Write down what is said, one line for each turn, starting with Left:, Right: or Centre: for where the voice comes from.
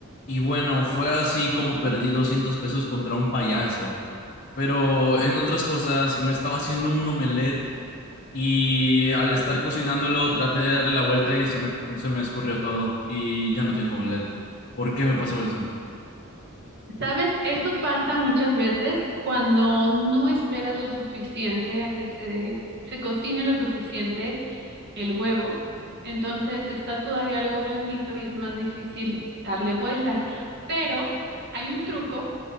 Left: Y bueno, fue así como perdí 200 pesos contra un payaso. Pero en otras cosas, me estaba haciendo un omelette y al estar cocinándolo traté de dar la vuelta y se me, se me escurrió todo y ya no tengo omelette. ¿Por qué me pasó eso?
Right: Sabes, esto pasa muchas veces cuando no esperas lo suficiente a que se, se cocine lo suficiente el huevo. Entonces está todavía algo blandito y es más difícil darle vuelta. Pero hay un truco